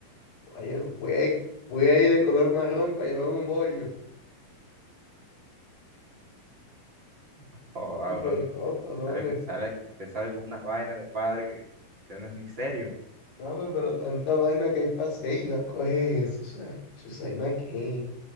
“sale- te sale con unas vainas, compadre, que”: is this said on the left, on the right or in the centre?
Right